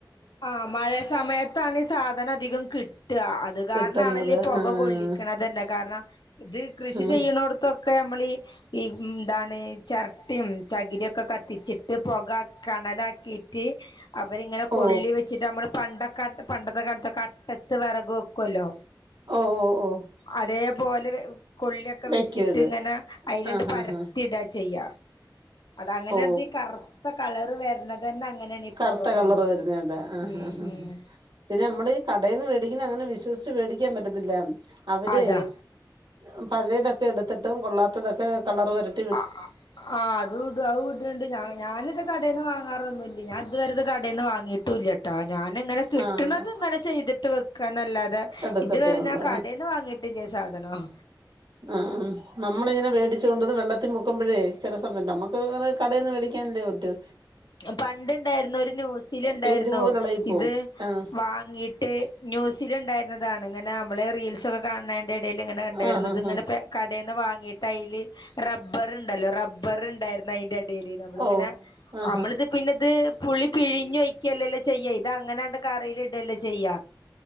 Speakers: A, on the left; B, on the right.
A: ആഹ് മഴ സമയത്താണ് സാധനം അധികം കിട്ടുക അത് കാരണാണെല്ലഈ
B: കിട്ടുന്നത്
A: പുക
B: ആഹ്
A: കൊള്ളിക്കണ തന്നെ കാരണം ഇത് കൃഷി
B: ആഹ്
A: ചെയ്യുന്നോടത്തൊക്കെ നമ്മൾഈ ഈ എന്താണ് ചിരട്ടും ചകിരിക്കെ കത്തിച്ചിട്ട് പുക കണലാക്കിട്ട് <unintelligible> അവരിങ്ങനെ
B: ഓ
A: നമ്മൾ പണ്ടൊക്ക പണ്ടത്തെ കാലത്തൊക്കെ അട്ടത്ത് വിറക് വെക്കുവല്ലോ?
B: ഓ ഓ ഓ
A: അതേപോലെ കൊള്ളിയൊക്കെ
B: വെക്കും
A: വെച്ചിട്ട്
B: ഇത്
A: ഇങ്ങനെ അയില്
B: ആഹ്
A: പരത്തിടാ
B: ആഹ് ആഹ്
A: ചെയ്യാ അത് അങ്ങനെ
B: ഓ
A: ഈ കറുത്ത കളറ് വരുന്നത് തന്നെ അങ്ങനെയാണ് ഈ
B: കറുത്ത
A: പുക കൊണ്ടിട്ട്
B: കളർ വരുന്ന അതാ ആഹ്
A: ഉം
B: ആഹ് ആഹ്
A: ഉം
B: പിന്നെ നമ്മള ഈ കടയിൽന്ന് മേടിക്കുന്ന അങ്ങനെ വിശ്വസിച്ച് മേടിക്കാൻ പറ്റത്തില്ല അവര്
A: അതാ
B: ഉം പഴയതൊക്കെ എടുത്തിട്ട് കൊള്ളാത്തതൊക്കെ കളർ വരുത്തും
A: അഹ് അഹ് അഹ് ആഹ് അത് അത് അഹ് വിട്ണ്ട്. ഞാന് ഇത് കടേന്ന് വാങ്ങാറൊന്നുല്യ. ഞാൻ ഇതുവരെ ഇത് കടേന്ന് വാങ്ങീട്ടു ഇല്യട്ട് ഞാൻ ഇങ്ങനെ കിട്ട്ണത്
B: ആഹ്
A: ഇങ്ങനെ ചെയ്തിട്ട് വെക്കാന്നെല്ലാതെ
B: എടുക്കത്തേ
A: ഇതുവരെ
B: ഉള്ളൂ
A: ഞാൻ കടേന്ന് വാങ്ങിട്ട് ട്ടില്ല സാധനോം
B: ആഹ് ആഹ് നമ്മളിങ്ങനെ വേടി ചോണ്ടോന്ന് ഇത് വെള്ളത്തി മുക്കുമ്പഴേ ചെല സമയം നമ്മക്ക് കടയിന്ന് വേടിക്കാൻല്ലേ പറ്റു
A: പണ്ട് ഇണ്ടായിരുന്നു. ഒരു ന്യൂസിൽ ഇണ്ടായിരുന്നു
B: പെയിന്റ് പോലെ എളകി പോവും
A: ഇത്
B: ആഹ്
A: വാങ്ങീട്ട് ന്യൂസില് ഇണ്ടായിരുന്നതാണ്. ഇങ്ങനെ നമ്മള് റീൽസ് ഒക്കെ കാണ്നേന്റെ എടേല് ഇങ്ങനെ ഇണ്ടായിരുന്നു.
B: ആഹ് ആഹ് ആഹ് ആഹ്
A: ഇങ്ങനെ
B: ആഹ്
A: കടേന്ന് വാങ്ങീട്ട് തൈല് റബ്ബർ ഇണ്ടല്ലോ റബ്ബർ ഇണ്ടായിരുന്നു അയ്ന്റെ അടിയില് നമ്മളിങ്ങനെ
B: ഓഹ് ആഹ്
A: നമ്മള്
B: ആഹ്
A: ഇത് പിന്നെ ഇത് പുളി പിഴിഞ്ഞൊഴിക്ക്യല്ലല്ലോ ചെയ്യായി ഇത് അങ്ങനണ്ട് കറീല് ഇടെല്ലെ ചെയ്യ.